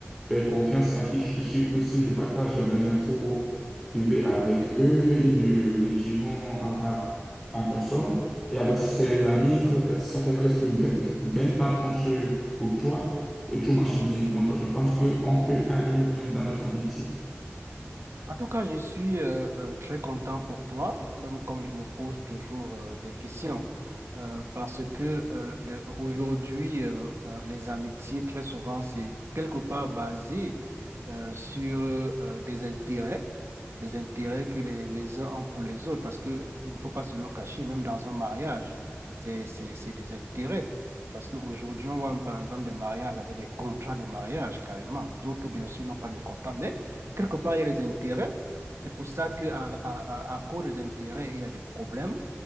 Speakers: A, in the centre; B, on the right.
A: faire confiance à qui je suis sûr que si je partage mes infos privées avec eux, ils ne le diront à, à- à personne. Et avec ses amis, ça fait, ça fait presque vingt vingt ans qu'on se côtoie et tout marche bien. Donc, je pense qu'on peut aller loin dans notre amitié.
B: En tout cas, je suis euh, euh, très content pour toi, même comme je me pose toujours euh, des questions, euh, parce que euh, le- aujourd'hui, euh, euh, les amitiés, très souvent, c'est quelque part basé euh, sur euh, des intérêts, des intérêts que les, les uns ont pour les autres, parce que il ne faut pas se le cacher, même dans un mariage, c'est, c'est, c'est des intérêts. Parce qu'aujourd'hui, on voit par exemple des mariages avec des contrats de mariage carrément. D'autres, bien sûr, n'ont pas de contrat, mais Quelque part, il y a les intérêts. C'est pour ça qu'à à, à- à à cause des intérêts, il y a des problèmes.